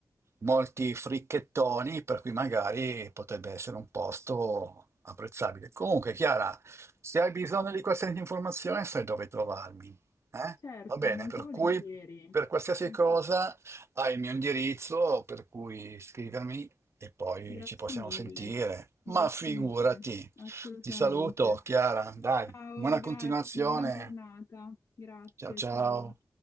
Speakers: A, on the right; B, on the left.
A: molti fricchettoni, per cui magari potrebbe essere un posto apprezzabile. Comunque, Chiara, se hai bisogno di qualsiasi informazione, sai dove trovarmi. eh?
B: Certo,
A: Va bene,
B: molto
A: per
B: volentieri.
A: cui per qualsiasi
B: Molto
A: cosa
B: volentieri.
A: hai il mio indirizzo, per cui scrivermi e poi
B: Grazie
A: ci possiamo
B: mille,
A: sentire.
B: grazie
A: Ma figurati.
B: mille, assolutamente.
A: Ti saluto, Chiara, dai.
B: Ciao,
A: Buona
B: grazie,
A: continuazione.
B: buona giornata. Grazie,
A: Ciao ciao.
B: ciao.